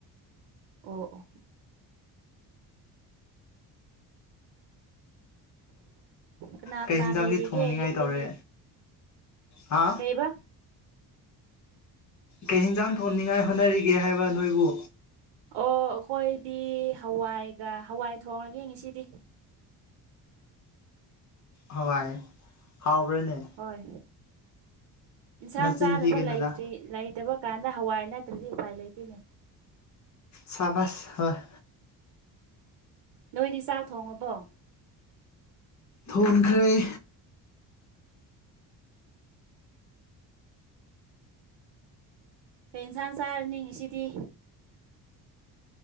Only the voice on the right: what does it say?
ꯑꯣ ꯑꯣ ꯀꯅꯥ
ꯀꯅꯥ
ꯂꯩꯔꯤꯒꯦ
ꯌꯨꯝꯗꯗꯤ
ꯀꯩꯕ
ꯑꯣ ꯑꯈꯣꯏꯗꯤ ꯍꯋꯥꯏꯒ ꯍꯋꯥꯏ ꯊꯣꯡꯔ ꯒꯦ ꯉꯁꯤꯗꯤ
ꯍꯣꯏ ꯏꯟꯁꯥꯡ
ꯆꯥꯅꯕ
ꯂꯩꯇ꯭ꯔꯤ ꯂꯩꯇꯕ ꯀꯥꯟꯗ ꯍꯋꯥꯏ ꯅꯠꯇ꯭ꯔꯗꯤ ꯎꯄꯥꯏ ꯂꯩꯇ‌ꯦꯅꯦ
ꯅꯣꯏꯗꯤ ꯆꯥꯛ ꯊꯣꯡꯉꯕꯣ
ꯀꯩ ꯏꯟꯁꯥꯡ ꯆꯥꯔꯅꯤ ꯉꯁꯤꯗꯤ